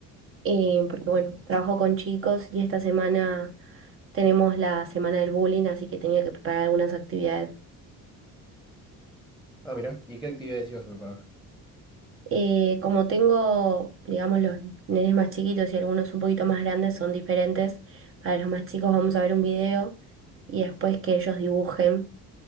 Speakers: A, on the right (about 35°); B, in the centre.
A: eh, porque bueno, trabajo con chicos y esta semana tenemos la semana del bullying, así que tenía que preparar algunas actividades.
B: Ah, mira, ¿y qué actividades ibas a preparar?
A: Eh, como tengo, digamos, los nenes más chiquitos y algunos un poquito más grandes son diferentes, para los más chicos vamos a ver un video y después que ellos dibujen.